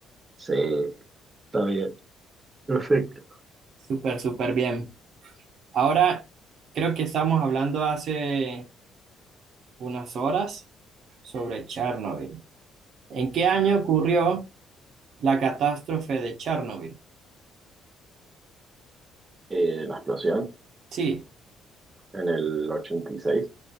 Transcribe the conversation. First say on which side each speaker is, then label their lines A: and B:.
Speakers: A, on the right; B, on the right.
A: Sí, está bien. Perfecto.
B: Súper, súper bien. Ahora, creo que estamos hablando hace unas horas sobre Chernobyl. ¿En qué año ocurrió la catástrofe de Chernobyl?
A: Eh, la explosión
B: Sí,
A: en el 86.